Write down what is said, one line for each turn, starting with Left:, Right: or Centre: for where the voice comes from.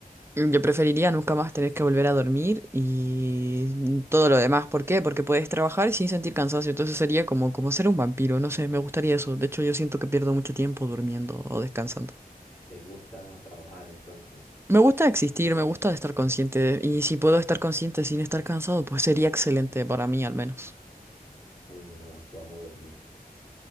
Right: Yo preferiría nunca más tener que volver a dormir y todo lo demás. ¿Por qué? Porque puedes trabajar sin sentir cansancio. Entonces sería como, como ser un vampiro. No sé, me gustaría eso. De hecho, yo siento que pierdo mucho tiempo durmiendo o descansando.
Centre: ¿Te gusta trabajar entonces?
Right: Me gusta existir, me gusta estar consciente. Y si puedo estar consciente sin estar cansado, pues sería excelente para mí al menos.
Centre: Uy, no, no, yo amo dormir.